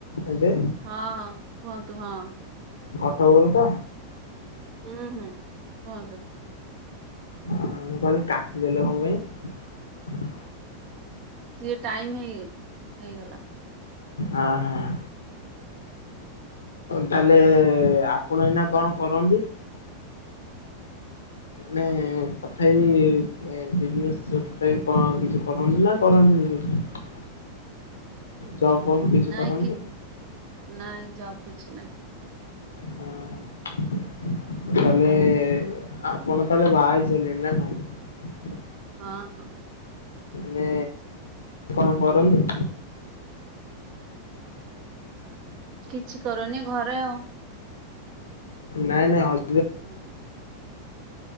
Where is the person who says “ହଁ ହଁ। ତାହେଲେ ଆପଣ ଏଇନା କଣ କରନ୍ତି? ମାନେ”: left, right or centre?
Left